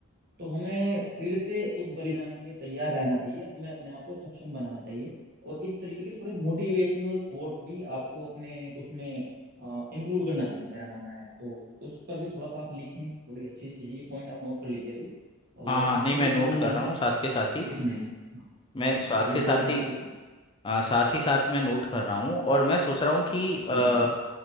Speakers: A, on the right; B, on the left.
A: तो हमें फिर से उस बलिदान के लिए तैयार रहना चाहिए हमें अपने आप को सक्षम बनाना चाहिए और इस तरीके के थोड़े मोटिवेशनल थॉट्स भी आपको अपने उसमें इंक्लूड करना चाहिए मेरा मानना है तो उस पर भी थोड़ा सा आप लिखें थोड़ी अच्छी चीजें ये पॉइंट आप नोट कर लीजिए अभी
B: हाँ
A: और
B: हाँ
A: इस
B: नहीं
A: पर
B: मैं
A: भी
B: नोट
A: दो
B: कर
A: लाइन
B: रहा हूँ साथ के साथ ही
A: लिखना है, इस हाँ,
B: मैं
A: इस
B: साथ
A: पर भी
B: के
A: दो
B: साथ
A: लाइन आप
B: ही
A: लिखना
B: आ, साथ ही साथ मैं नोट कर रहा हूँ और मैं सोच रहा हूँ कि
A: जी
B: आ,
A: जी जी